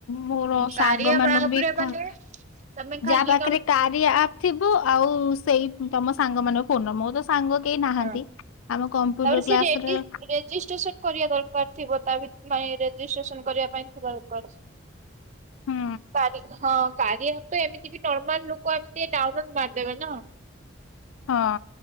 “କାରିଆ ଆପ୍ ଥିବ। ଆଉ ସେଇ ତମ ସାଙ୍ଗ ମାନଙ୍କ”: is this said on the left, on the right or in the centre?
Left